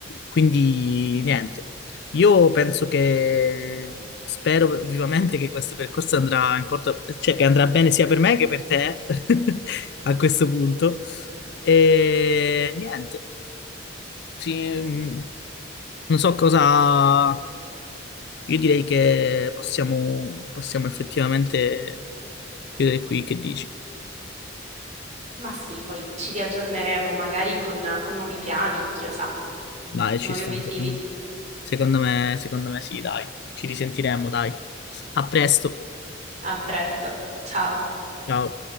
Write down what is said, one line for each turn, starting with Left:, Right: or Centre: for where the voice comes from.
Left: Quindi, niente. Io penso che spero vivamente che questo percorso andrà in porto, cioè che andrà bene sia per me che per te <laughs> a questo punto. E niente. Sì, mm, non so cosa io direi che possiamo, possiamo effettivamente chiudere qui, che dici?
Right: Ma sì, poi ci riaggiorneremo magari con, con nuovi piani, chi lo sa,
Left: Dai,
Right: nuovi
Left: ci sta.
Right: obiettivi.
Left: Secondo secondo me, secondo me sì, dai. Ci risentiremo, dai. A presto.
Right: A presto, ciao.
Left: Ciao.